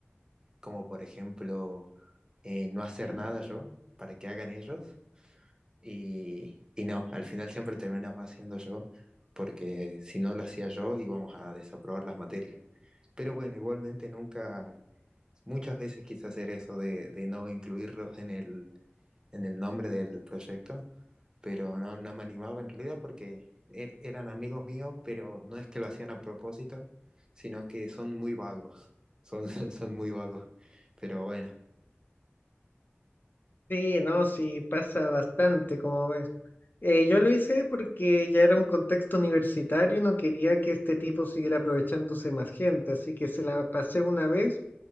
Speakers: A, on the right; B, on the left.
A: como por ejemplo, eh, no hacer nada yo para que hagan ellos. Y, y no, al final siempre terminaba haciendo yo, porque si no lo hacía yo íbamos a desaprobar las materias. Pero bueno, igualmente nunca Muchas veces quise hacer eso de, de no incluirlos en el, en el nombre del proyecto, pero no, no me animaba en realidad porque er- eran amigos míos, pero no es que lo hacían a propósito, sino que son muy vagos, son, <laughs> son muy vagos, pero bueno.
B: Sí, no, sí, pasa bastante, como ves. Eh, yo lo hice porque ya era un contexto universitario, no quería que este tipo siguiera aprovechándose más gente, así que se la pasé una vez,